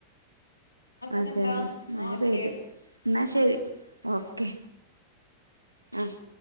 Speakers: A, on the left; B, on the right.
A: എന്നാ പിന്നെന്താ
B: അതെ അതെ
A: എന്നാ
B: മഴ
A: ഓക്കെ
B: പെയ്ത് എന്നാ ശെരി ഓക്കെ
A: ആഹ്
B: ആഹ്